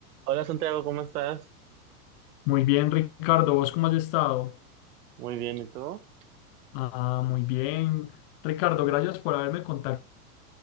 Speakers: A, on the right; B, on the left.
A: Hola Santiago, ¿cómo estás?
B: Muy bien, Ricardo, ¿vos cómo has estado?
A: Muy bien, ¿y tú?
B: Ah, muy bien. Ricardo, gracias por haberme contactado.